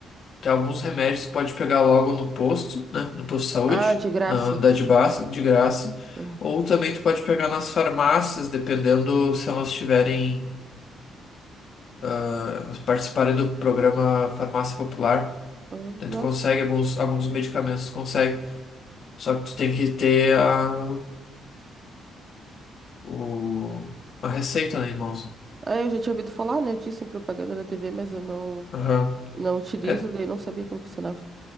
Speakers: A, on the left; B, on the right.
A: tem alguns remédios que pode pegar logo no posto, né? No posto de saúde,
B: Ah, de graça.
A: na unidade básica, de graça.
B: Ah,
A: Ou também tu pode pegar nas farmácias, dependendo se elas tiverem, elas participarem do programa Farmácia Popular.
B: ah,
A: Daí
B: nossa.
A: tu consegue alguns, alguns medicamentos, tu consegue. Só que tu tem que ter a o, a receita, né, irmãos?
B: Ah, eu já tinha ouvido falar, né, disso em propaganda na TV, mas eu não,
A: Aham.
B: não utilizo,
A: É,
B: daí não sabia como funcionava.